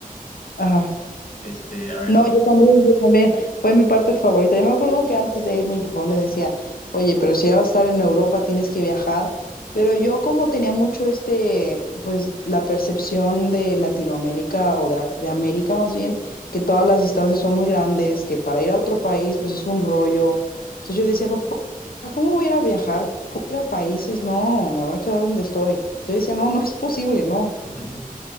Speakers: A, on the left; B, on the left.
A: Ajá.
B: Este, a ver.
A: No, yo también, yo también. Fue mi parte favorita. Yo me acuerdo que antes de ir mi papá me decía, oye, pero si ya vas a estar en Europa, tienes que viajar. Pero yo como tenía mucho este, pues la percepción de Latinoamérica o de, de América más bien, que todas las distancias son muy grandes, que para ir a otro país, pues es un rollo. Entonces yo decía, papá, ¿cómo voy a ir a viajar? ¿Cómo voy a ir a países? No, me voy a quedar donde estoy. Entonces yo decía, no, no es posible, no.
B: <laughs>